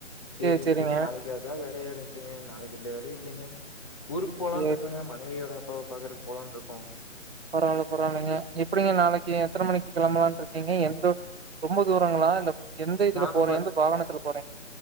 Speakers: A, on the right; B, on the left.
A: சரி,
B: சரின்னு
A: சரிங்க.
B: சொல்லிட்டு நாளைக்கு அதா வேலையா இருச்சுங்க நாளைக்கு ஏந்த வேலையும் இல்லைங்க ஊருக்கு போலா
A: சரி.
B: இருக்கங்க மனைவியோட அப்ப பாக்குறதுக்கு போலாம்னு இருக்கோ
A: பரவால்ல பரவால்லைங்க எப்படிங்க நாளைக்கு எத்தன மணிக்கு கிளம்பலாம் இருக்கீங்க எந்த ரொம்ப தூரங்களா இல்ல எந்த இதுல
B: நாங்க
A: போற
B: பா
A: எந்த வாகனத்துல போறீங்க?